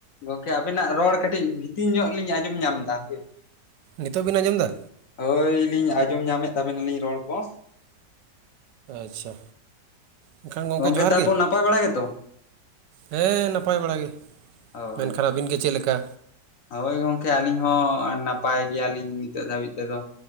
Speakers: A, on the left; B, on the right.
A: ᱜᱚᱝᱠᱮ ᱟᱵᱤᱱᱟᱜ ᱨᱚᱲ ᱠᱟᱹᱴᱤᱡ ᱵᱷᱤᱛᱤᱨ ᱧᱚᱜ ᱞᱤᱧ ᱟᱸᱡᱚᱢ ᱧᱟᱢ ᱮᱫᱟ ᱦᱳᱭ᱾
B: ᱱᱤᱛᱚᱜ ᱵᱤᱱ ᱟᱸᱡᱚᱢ ᱫᱟ?
A: ᱦᱳᱭᱞᱤᱧ ᱟᱸᱡᱚᱢ ᱧᱟᱢᱮᱫ ᱛᱟᱵᱮᱱᱟᱞᱤᱧ ᱨᱚᱲ ᱠᱚ᱾
B: ᱟᱪᱪᱷᱟ ᱮᱱᱠᱷᱟᱱ ᱜᱚᱢᱠᱮ
A: ᱚ ᱜᱚᱝᱠᱮ
B: ᱡᱚᱦᱟᱨ
A: ᱛᱟᱨᱯᱚᱨ
B: ᱜᱮ
A: ᱱᱟᱯᱟᱭ ᱵᱟᱲᱟ ᱜᱮᱛᱚ?
B: ᱦᱮᱸ ᱱᱟᱯᱟᱭ ᱵᱟᱲᱟ ᱜᱮ᱾
A: ᱦᱳᱭ
B: ᱢᱮᱱᱠᱷᱟᱱ
A: ᱦᱳᱭ
B: ᱟᱹᱵᱤᱱ
A: ᱾
B: ᱜᱮ ᱪᱮᱫ ᱞᱮᱠᱟ
A: ᱦᱳᱭ ᱜᱚᱝᱠᱮ ᱟᱹᱞᱤᱧ ᱦᱚᱸ ᱱᱟᱯᱟᱭ ᱜᱮᱭᱟᱞᱤᱧ ᱱᱤᱛᱚᱜ ᱫᱷᱟᱹᱵᱤᱡ ᱛᱮᱫᱚ